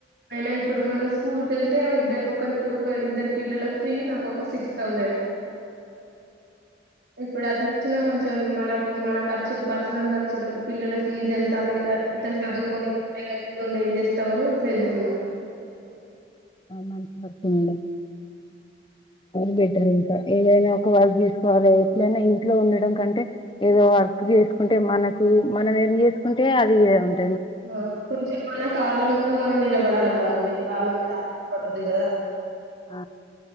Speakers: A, on the right (about 60°); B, on the left (about 25°).
A: అయినా ఇప్పుడు మనం స్కూల్ కెళ్తే ఇద్దరు ఒకరి ఒక ఇద్దరు పిల్లలకు ఫ్రీ నాకు ఒక సిక్స్ థౌజండ్ ఇప్పుడు అట్లా వచ్చినా కొంచెం మనకు మన ఖర్చులు పర్సనల్ ఖర్చులకు పిల్లలకి ఫీజ్ వెళ్తాంది కదా ఇలా చదువుకొనిం ఏం చేస్తామని అట్లా వెళ్తున్నాం
B: మంచి వర్కుడం అది బెటర్ ఇంకా ఏదైనా ఒక వర్క్ చేసుకోవాలి ఎట్లనా ఇంట్లో ఉండడం కంటే ఏదో వర్క్ చేసు కుంటే మనకు మనం ఏం చేసుకుంటే అది ఉంట
A: ఆ కొంచెం మన కళ్ళ మీద మనం నిలబడాలి కదండి వాళ్ళ మీద ఆలపడద్ది కదా
B: అ